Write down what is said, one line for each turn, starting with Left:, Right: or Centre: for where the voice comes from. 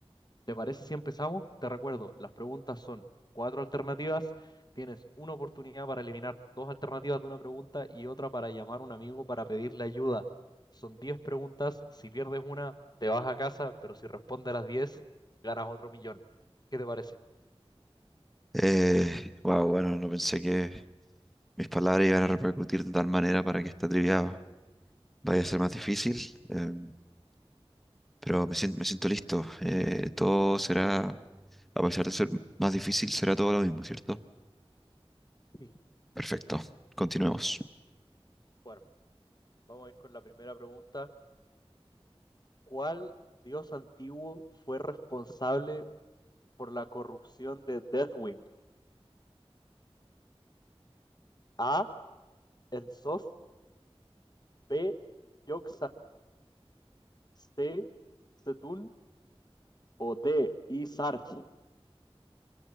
Left: ¿Te parece si empezamos? Te recuerdo, las preguntas son cuatro alternativas. Tienes una oportunidad para eliminar dos alternativas de una pregunta y otra para llamar a un amigo para pedirle ayuda. Son 10 preguntas. Si pierdes una, te vas a casa, pero si respondes a las diez ganas otro millón. ¿Qué te parece?
Centre: Eh, wow, bueno, no pensé que mis palabras iban a repercutir de tal manera para que esta trivia vaya a ser más difícil, eh, pero me siento, me siento listo. Eh, todo será, a pesar de ser más difícil, será todo lo mismo, ¿cierto?
Left: Sí.
Centre: Perfecto, continuemos.
Left: Bueno, vamos a ir con la primera pregunta. ¿Cuál dios antiguo fue responsable por la corrupción de Deathwing? A. Enzoth. B. yogg C, Setún o D, Isarch.